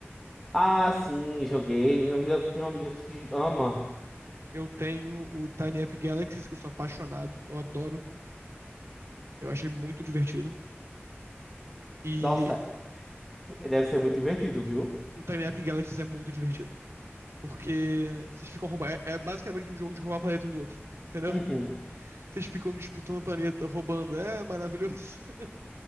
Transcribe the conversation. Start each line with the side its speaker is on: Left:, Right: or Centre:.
Centre: Ah, sim, joguei. Minha amiga tem uma amiga que ama.
Right: Eu tenho o Tiny Epic Galaxies, que eu sou apaixonado, eu adoro, eu acho ele muito divertido. E
Centre: Nossa, deve ser muito divertido, viu?
Right: o Tiny Epic Galaxies é muito divertido, porque vocês ficam roubando. É, é basicamente um jogo de roubar planeta um do outro, entendeu?
Centre: Uhum.
Right: <laughs> Vocês ficam disputando o planeta, roubando. É maravilhoso. <laughs>